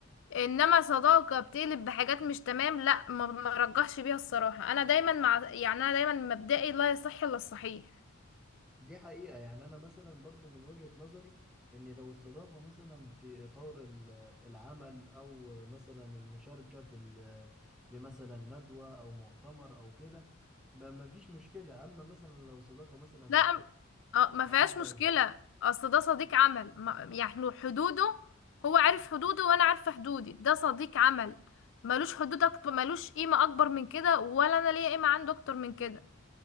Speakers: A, on the left; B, in the centre.
A: انما صداقة بتقلب بحاجات مش تمام لا ما ما رجحش بيها الصراحة انا دايما مع يعني انا دايما مبدئي لا يصح الا الصحيح
B: دي حقيقة يعني أنا مثلا برضو من وجهة نظري إن لو الصداقة مثلا في إطار ال- العمل أو مثلا المشاركة في ال- في مثلا ندوة أو مؤتمر أو كده ما ما فيش مشكلة أما مثلا لو صداقة مثلا
A: لا م- اه ما
B: تتعدى
A: فيهاش مشكلة
B: ولا حاجة
A: اصل ده صديق عمل ما- يعني حدوده هو عارف حدوده وانا عارفة حدودي ده صديق عمل ملوش حدود اكتر ملوش قيمة اكبر من كده ولا انا ليا قيمة عنده اكتر من كده